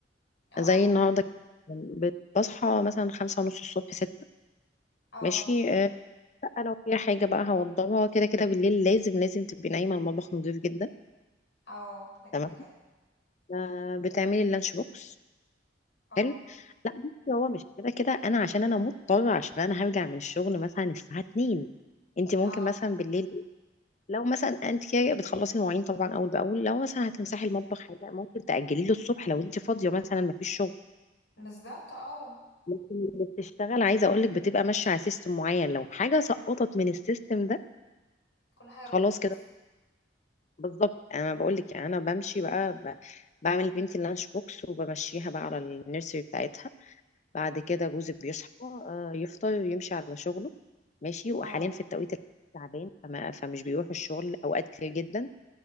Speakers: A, on the left; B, on the left.
A: اه
B: زي النهارده كده. بصحى مثلا خمسة ونص الصبح ستة
A: اه
B: ماشي آه، لا لو في حاجة بقى هوضبها كده كده بالليل لازم لازم تبقي نايمة المطبخ نضيف جدا
A: اه ده كده
B: تمام
A: كده
B: آه، بتعملي اللانش بوكس
A: اه
B: حلو لا بصي هو مش كده كده انا عشان انا مضطره عشان انا هرجع من الشغل مثلا الساعه 2 انت ممكن
A: اه
B: مثلا بالليل لو مثلا انت كده بتخلصي المواعين طبعا اول باول لو مثلا هتمسحي المطبخ حاجه ممكن تاجلي له الصبح لو انت فاضيه مثلا ما فيش شغل
A: بالظبط اه
B: لكن اللي بتشتغل عايزه اقول لك بتبقى ماشيه على سيستم معين لو حاجه سقطت من السيستم ده
A: كل حاجة
B: خلاص
A: بتبوظ
B: كده بالظبط انا بقول لك يعني انا بمشي بقى ب... بعمل بنتي اللانش بوكس وبمشيها بقى على النيرسري بتاعتها بعد كده جوزي بيصحى آه، يفطر يمشي على شغله ماشي وحاليا
A: اه
B: في التوقيت الحالي تعبان فما فمش بيروح الشغل اوقات كتير جدا